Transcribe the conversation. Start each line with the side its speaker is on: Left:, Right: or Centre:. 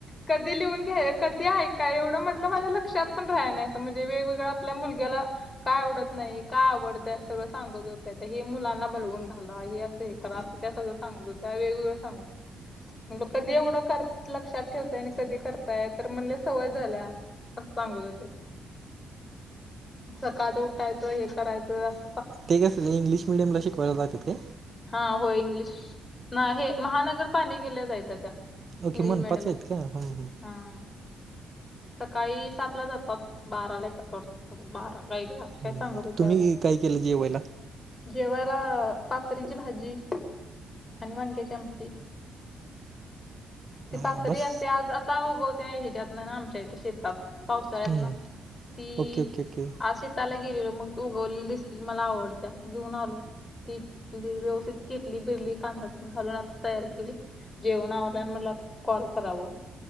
Left: कधी लिहून घ्या कधी ऐका काय एवढं म्हटलं माझ्या लक्षात पण राहाय नाही असं म्हणजे वेगवेगळ आपल्या मुलग्याला काय आवडत नाही का आवडतय सगळं सांगत होत. हे मुलांना बलवून घाला हे असं हे करा असं त्या सगळं सांगत होत्या वेगवेगळं सांगत कधी एवढं कर लक्षात ठेवताय आणि कधी करताय तर म्हणले सवय झाल्या असं सांगत होते. सकाळचं उठायचं हे करायचं अस
Right: ते कस इंग्लिश मिडियमला शिकवायला जातेत काय?
Left: हा हो इंग्लिश ना हे महानगर पालिकेला हायत्या.
Right: ओके
Left: इंग्लिश
Right: मनपाच
Left: मीडियमचं
Right: आहेत का हं, हं.
Left: हा. सकाळी सात ला जातात बाराला येतात वाटत बारा का एकला. असं काय
Right: ह
Left: सांगत होत्या.
Right: तुम्ही काय केलं जेवायला.
Left: जेवायला पातरीची भाजी आणि वांग्याची आमटी. <inaudible> ते
Right: हां
Left: पातरी
Right: बस
Left: असते आज आता उगवते ह्याच्यात ना आमच्या इथ शेतात पाऊस <unintelligible>
Right: हम्म,
Left: ती
Right: ओके ओके ओके
Left: असे त्याला गेलेलो मग तो उगवली दिसली मला आवडत्या घेऊन आलो. ती व्यवस्थित चिरली बिरली कांदात घालून आ तयार केली. जेवण आवरल आणि म्हटलं आता कॉल करावं.